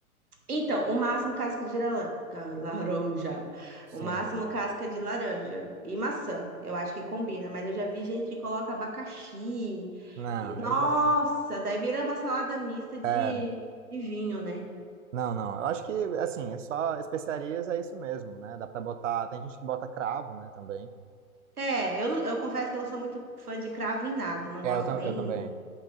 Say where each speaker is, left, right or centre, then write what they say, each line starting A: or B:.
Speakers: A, on the right; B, on the right.
A: Então, o máximo casca de laranja. Laranja.
B: Sim.
A: O máximo casca de laranja. E maçã. Eu acho que combina. Mas eu já vi gente que coloca abacaxi.
B: Não,
A: E, nossa,
B: aí já.
A: daí vira uma salada mista de,
B: É.
A: de vinho, né?
B: Não, não. Eu acho que, assim, é só especiarias, é isso mesmo, né? Dá pra botar. Tem gente que bota cravo, né, também.
A: É, eu, não- eu confesso que eu não sou muito fã de cravo em nada. Eu não
B: É,
A: gosto
B: eu, tam-
A: nem
B: eu também.